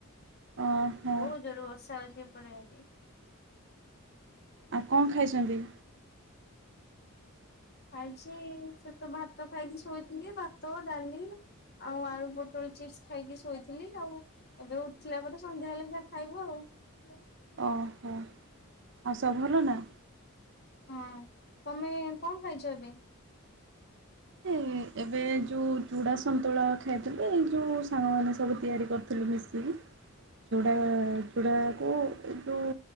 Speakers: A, on the right; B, on the left.
A: ଓହୋ
B: ବୋହୁତ ଜୋରରେ ବର୍ଷା ହୋଉଚି। ଏପଟ ଆଡେ।
A: ଆଉ କଣ ଖାଇଚନ୍ତି?
B: ଖାଇଛି ସେଇଠ ତ ଭାତ ଖାଇକି ଶୋଇଥିଲି ଭାତ ଡାଲି ଆଉ ଆଳୁ ପୋଟଳ ଚିପସ୍ ଖାଇକି ଶୋଇଥିଲି ଆଉ ଏବେ ଉଠିଲା ପରେ ସନ୍ଧ୍ୟା ହେଲେ ଯହା ଖାଇବୁ ଆଉ। ହୁଁ
A: ଓହୋ ଆଉ ସବୁ ଭଲ ନା?
B: ହଁ ତମେ କଣ ଖାଇଚ ଏବେ?
A: ଏ ଏବେ ଯୋଉ ଚୁଡା ସ ସନ୍ତୁଳା ଖାଇଥିଲୁ ଏଇ ଯୋଉ ସାଙ୍ଗମାନେ ସବୁ ତିଆରି କରିଥିଲେ ମିଶିକି। ଚୁଡା ଆ ଚୂଡ଼ାକୁ ଏ ଯୋଉ